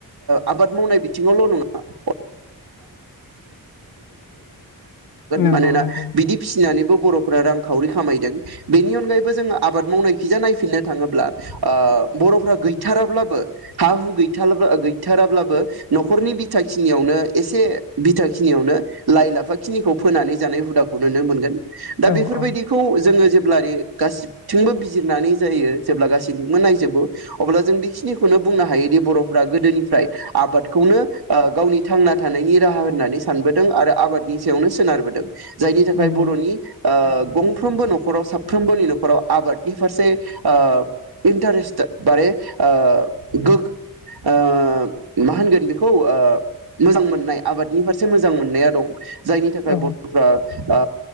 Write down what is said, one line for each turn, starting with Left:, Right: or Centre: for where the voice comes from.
Right: ओ बुंनांगोन
Left: नंगौ
Right: मानोना
Left: नंगौ
Right: बिदि फिसिनानै बर' रांखावरि खामायदों बेनि अनगायैबो जोंङो आबाद मावनायखिजा नायफिननो ओ थाङोब्ला बरफ्रा गैथाराब्लाबो हा हु गैथार गैथाराब्लाबो नखरनि बिथा खिनियावनो एसे बिथा खिनियावनो लाइ लाफा खिनिखौ फोनानै जानाय हुदाखौ नुनो मोनगोन। दा
Left: औ
Right: बेफोरबायदिखौ
Left: औ
Right: जोंङो जे जेब्ला गासिथिंबो बिजिरनानै जायो जेब्ला गासैथिंबो नायजोबो अब्ला जों बेखिनिखौनो बुंनो हायोदि बरफ्रा गोदोनिफ्राय आबादखौनो गावनि थांना थानायनि राहा होननानै सानबोदों आरो आबादनि सायावनो सोनारबोदों। जायनि थाखाय
Left: नंगौ
Right: बर'नि ओ गंफ्रोमबो नखराव साफ्रोमबोनि नखराव आबादनि फारसे ओ इन्टारेस्टे मारे ओ गो ओ मा होनगोन ओ बेखौ मोजां मोननाय आबादनि फारसे मोजां मोननाया दं। जायनि थाखाय
Left: औ
Right: बर 'फ्रा औ